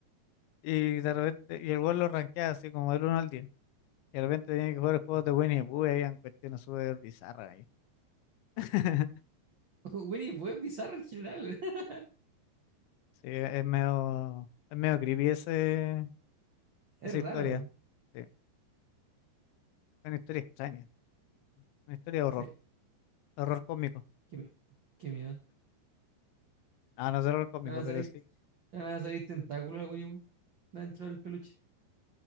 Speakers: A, on the left; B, on the right.
A: y de repente, y el weón lo rankeaba así como del uno al 10. Y de repente tenía que jugar juegos
B: <laughs>
A: de Winnie the Pooh y habían cuestiones súper bizarras ahí. <laughs>
B: Winnie fue bizarro en general. <laughs>
A: Sí, es medio, es medio creepy ese,
B: Es
A: esa
B: raro.
A: historia. Sí. Es una historia extraña, una historia de horror,
B: Sí,
A: horror cósmico.
B: qué, mi- qué miedo.
A: No, no es terror cósmico,
B: Le Van a salir,
A: pero sí.
B: le van a salir tentáculos a Winnie Pooh dentro del peluche.